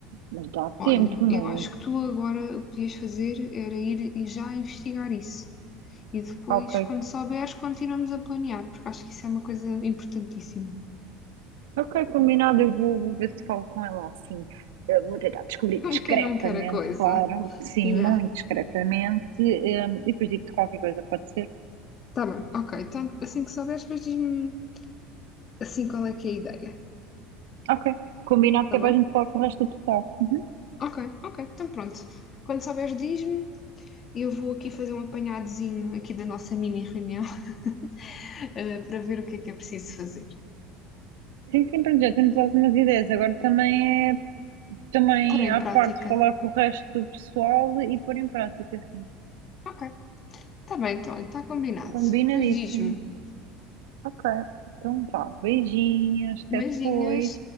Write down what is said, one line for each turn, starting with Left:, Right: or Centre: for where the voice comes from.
Right: mas dá
Left: Olha,
Right: tempo, não?
Left: eu acho que tu agora o que podias fazer era ir e já investigar isso. E depois,
Right: é? Ok,
Left: quando souberes, continuamos a planear, porque acho que isso é uma coisa importantíssima.
Right: ok, combinado, eu vou, vou ver se falo com ela assim. Eu vou tentar descobrir
Left: <laughs> Como
Right: discretamente,
Left: quem não quer a coisa.
Right: claro, sim,
Left: Yeah.
Right: muito discretamente, eh, e depois digo-te qualquer coisa, pode ser?
Left: Tá bem, ok. Então, assim que souberes, depois diz-me assim qual é que é a ideia.
Right: Ok. Combinado
Left: Tá
Right: que
Left: bem?
Right: é para a gente falar com o resto do pessoal. Uhum.
Left: Ok, ok. Então pronto. Quando souberes, diz-me. Eu vou aqui fazer um apanhadozinho aqui da nossa mini reunião, <laughs> eh, para ver o que é que é preciso fazer.
Right: Sim, sim, pronto, já temos algumas ideias. Agora também é, também
Left: Pôr em
Right: à parte,
Left: prática.
Right: falar com o resto do pessoal e pôr em prática, sim.
Left: Ok. Tá bem, então, está combinado.
Right: Combinadíssimo.
Left: Depois diz-me.
Right: Ok. Então vá. Beijinhos. Até
Left: Beijinhos.
Right: depois.